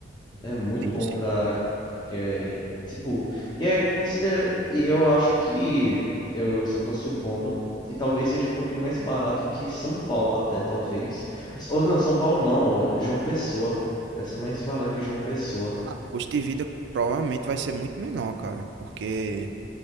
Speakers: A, on the left; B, on the right.
A: É muito
B: Sim,
A: bom
B: sim.
A: pra. quem- tipo, e é considera. E eu acho que. Eu só tô supondo que talvez seja um pouquinho mais barato que São Paulo, até, talvez. Ou não, São Paulo não, ó, João Pessoa. Deve ser mais barato que João Pessoa.
B: Ah, o custo de vida provavelmente vai ser muito menor, cara, porque